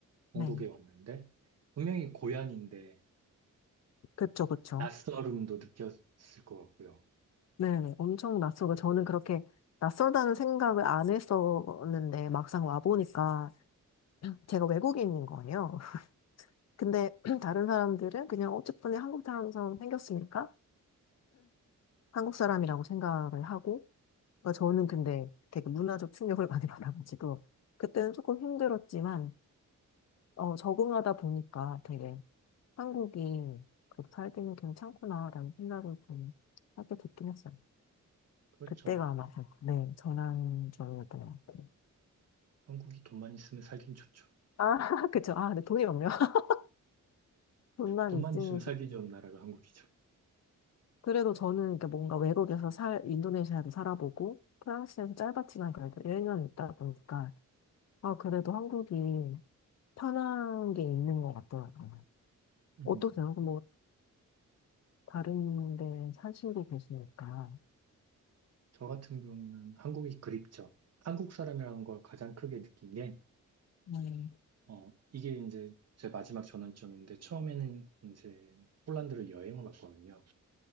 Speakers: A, on the left (about 55°); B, on the right (about 55°).
A: 네.
B: 한국에 왔는데 분명히 고향인데
A: 그쵸, 그쵸.
B: 낯설음도 느꼈을 것 같고요.
A: 네, 엄청 낯설고 저는 그렇게 낯설다는 생각을 안 했었는데 막상 와보니까 제가 외국인인 거예요. <laughs> 근데 <clears throat> 다른 사람들은 그냥 어쨌든 한국 사람처럼 생겼으니까 한국 사람이라고 생각을 하고 그러니까 저는 근데 되게 문화적 충격을 많이 <laughs> 받아가지고 그때는 조금 힘들었지만 어, 적응하다 보니까 되게 한국이 그렇게 살 때는 괜찮구나라는 생각을 좀 하게 됐긴 했어요.
B: 그렇죠.
A: 그때가 아마 네, 전환점이었던
B: 음,
A: 것 같아요.
B: 한국이 돈만 있으면 살긴 좋죠.
A: 아, <laughs> 그쵸. 아, 근데 돈이 없네요. <laughs> 돈만
B: 돈만
A: 있으면.
B: 있으면
A: 좋-
B: 살기 좋은 나라가 한국이죠.
A: 그래도 저는 그러니까 뭔가 외국에서 살, 인도네시아도 살아보고, 프랑스에서 짧았지만 그래도 1년 있다 보니까, 아, 그래도 한국이 편한 게 있는 것 같더라고요.
B: 음,
A: 어떠세요? 그럼 뭐, 다른 데 사시고 계시니까.
B: 저 같은 경우는 한국이 그립죠. 한국 사람이라는 걸 가장 크게 느낀 게,
A: 음,
B: 어, 이게 이제 제 마지막 전환점인데, 처음에는 이제 폴란드를 여행을 왔거든요.